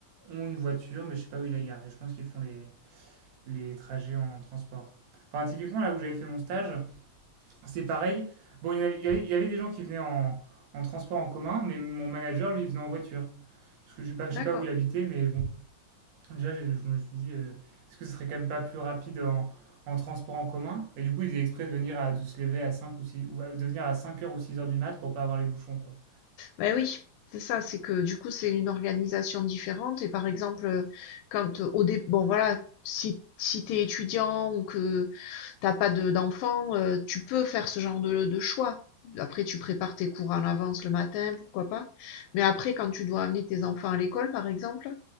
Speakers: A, on the right (about 65°); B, on the left (about 80°).
A: ont une voiture, mais je sais pas où ils la garent. Et je pense qu'ils font les, les trajets en transport. Enfin, typiquement, là où j'avais fait mon stage, c'est pareil. Bon, il y, avait, il y avait- des gens qui venaient en, en transport en commun, mais mon manager, lui, venait en voiture. Parce que je sais pas, je
B: D'accord.
A: sais pas où il habitait, mais bon, Enfin, Déjà, j'ai- je me suis dit, euh, est-ce que ce serait quand même pas plus rapide en, en transport en commun? Et du coup, ils étaient exprès de venir à, de se lever à cinq ou six, ou à- de venir à 5 heures ou 6 heures du mat pour pas avoir les bouchons, quoi.
B: Ben oui, c'est ça, c'est que du coup, c'est une organisation différente. Et par exemple, euh, quand euh, au dé bon voilà, si, si tu es étudiant ou que t'as pas de d'enfants, euh, tu peux faire ce genre de, de choix. Après, tu prépares tes cours en avance le matin, pourquoi pas. Mais après, quand tu dois amener tes enfants à l'école, par exemple,